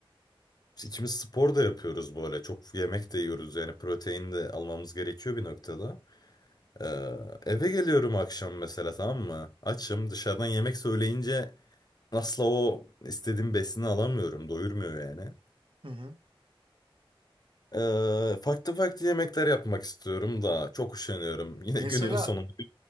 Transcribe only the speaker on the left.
Biz İkimiz spor da yapıyoruz bu ara. Çok yemek de yiyoruz yani protein de almamız gerekiyor bir noktada. Ee, eve geliyorum akşam mesela tamam mı? Açım dışarıdan yemek söyleyince asla o istediğim besini alamıyorum. Doyurmuyor yani.
Ee, farklı farklı yemekler yapmak istiyorum da çok üşeniyorum. <laughs> Yine
günün sonunda bir